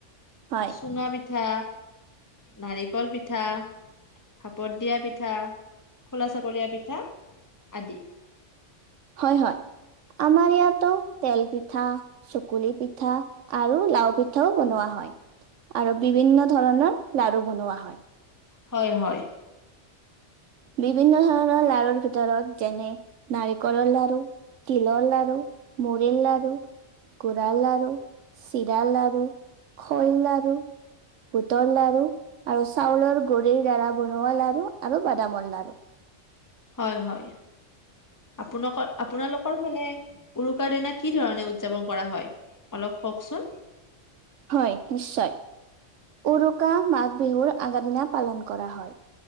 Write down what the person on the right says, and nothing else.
হয়
হয় হয় আমাৰ ইয়াতো তেল পিঠা চুকুলি পিঠা আৰু লাও পিঠাও বনোৱা হ হয় আৰু বিভিন্ন ধৰণৰ লাৰু বনোৱা হয়
বিভিন্ন ধৰণৰ লাৰুৰ ভিতৰত যেনে নাৰিকলৰ লাৰু তিলৰ লাৰু মুৰিৰ লাৰু গুড়াৰ লাৰু চিৰাৰ লাৰু শৈ লাৰু বুটৰ লাৰু আৰু চাউলৰ গুৰিৰ দ্বাৰা বনোৱা লাৰু আৰু বা বাদামৰ লাৰু
হয় নিশ্চয়। উৰুকা মাঘ বিহুৰ আগা দিনা পালন কৰা হয়